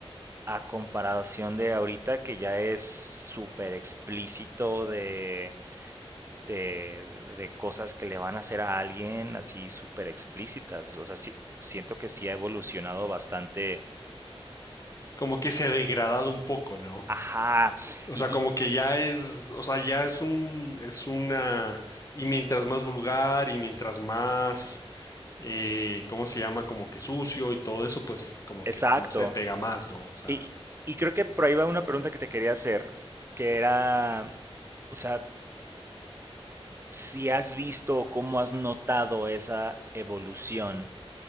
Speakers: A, on the right; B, on the left.
A: a comparación de ahorita que ya es súper explícito de, de, de cosas que le van a hacer a alguien, así súper explícitas. O sea, sí- siento que sí ha evolucionado bastante.
B: Como que se ha degradado un poco, ¿no?
A: Ajá,
B: O
A: y
B: sea, como
A: y-
B: que ya es, o sea, ya es un, es una, y mientras más vulgar y mientras más, eh, ¿cómo se llama? Como que sucio y todo eso, pues como
A: exacto.
B: que, no sé, pega más, ¿no? O sea,
A: Y, y creo que por ahí va una pregunta que te quería hacer, que era, o sea, si has visto o cómo has notado esa evolución